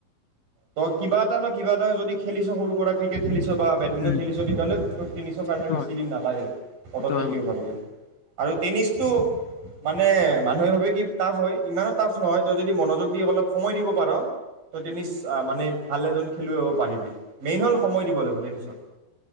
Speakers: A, on the right; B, on the left.
A: ত কিবা এটা নহ কিবা এটা হয় যদি খেলিছ, সৰু পৰা ক্ৰিকেট খেলিছ খেলছ বা বেডমিণ্টন
B: উম
A: খেলিছ তেতিয়া হ'লে ত' টেনিছৰ কাৰণে
B: সেইটো
A: বেছি
B: হয়
A: দিন নালাগে। পটককৈ
B: সেইটো হয়
A: শিকিব পাৰিবি। আৰু টেনিছটো মানে মানুহে ভাৱে কি টাফ হয়, ইমানো টাফ নহয়, তই যদি মনোযোগ দি অলপ সময় দিব পাৰ তই টেনিচ ভাল এজন খেলুৱৈ হ'ব পাৰিবি। মেইন হ'ল সময় দিব লাগিব। টেনিচত